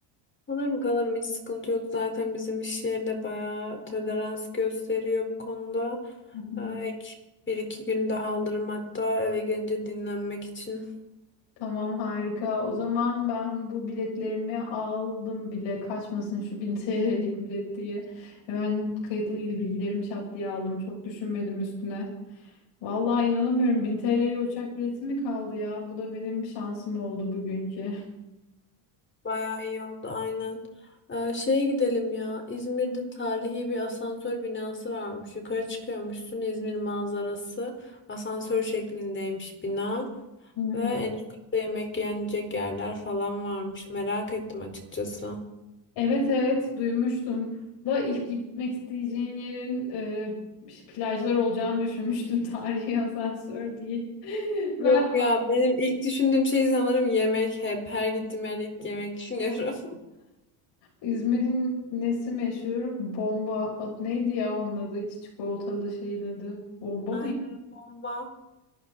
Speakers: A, on the left (about 25°); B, on the left (about 60°).
A: Kalırım kalırım hiç sıkıntı yok. Zaten bizim iş yeri de bayağı tolerans gösteriyor bu konuda.
B: Hı hı.
A: Ee, ek bir iki gün daha alırım hatta eve gelince dinlenmek için.
B: Tamam harika. O zaman ben bu biletlerimi aldım bile. Kaçmasın şu <laughs> 1000 TL'lik bilet diye. Hemen kayıtlıydı bilgilerim şat diye aldım. Çok düşünmedim üstüne. Vallahi inanamıyorum. 1000 TL'ye uçak bileti mi kaldı ya? Bu da benim şansım oldu bugünkü.
A: Bayağı iyi oldu aynen. Ee, şeye gidelim ya. İzmir'de tarihi bir asansör binası varmış. Yukarı çıkıyormuşsun İzmir manzarası. Asansör şeklindeymiş bina.
B: Hı
A: Ve
B: hı.
A: en üst katta yemek yenecek yerler falan varmış. Merak ettim açıkçası.
B: Evet evet duymuştum. Da ilk gitmek isteyeceğin yerin e, plajlar olacağını düşünmüştüm. <laughs> Tarihi asansör değil. <laughs>
A: Yok
B: Ben
A: ya benim ilk düşündüğüm şey sanırım yemek. Hep her gittiğim yerde ilk yemek düşünüyorum.
B: İzmir'in nesi meşhur? Bomba. O- Neydi ya onun adı? İç çikolatalı şeyin adı. Bomba
A: <laughs> Aynen
B: mı?
A: bomba.